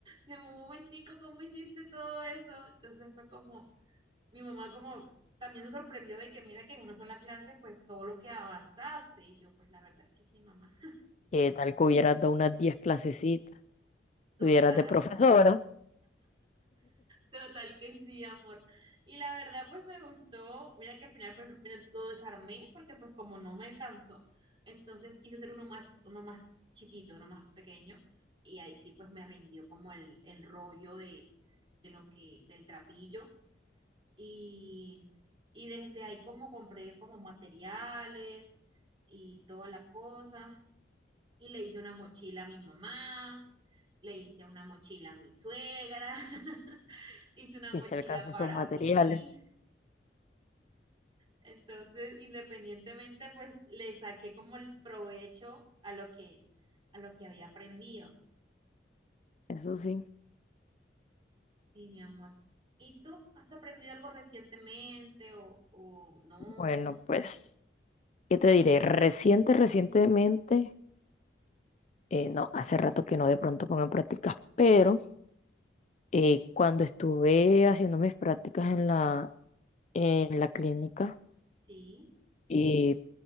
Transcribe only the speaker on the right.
en un momentico, ¿cómo hiciste todo eso? Entonces fue como, mi mamá como también se sorprendió de que mira que en una sola clase, pues todo lo que avanzaste, y yo, pues la verdad es que sí, mamá,
total.
Total que sí, amor. Y la verdad, pues me gustó. Mira que al final pues, mira, lo desarmé porque pues como no me alcanzó, entonces quise hacer uno más, uno más chiquito, uno más pequeño. Y ahí sí pues me rindió como el, el rollo de, de lo que, del trapillo. Y, y desde ahí como compré como materiales y toda la cosa. Y le hice una mochila a mi mamá, le hice una mochila a mi suegra. <laughs> hice una
mochila
para
mí. Entonces, independientemente, pues le saqué como el provecho a lo que, a lo que había aprendido.
Sí, mi amor. ¿Y tú has aprendido algo recientemente o, o no?
Sí,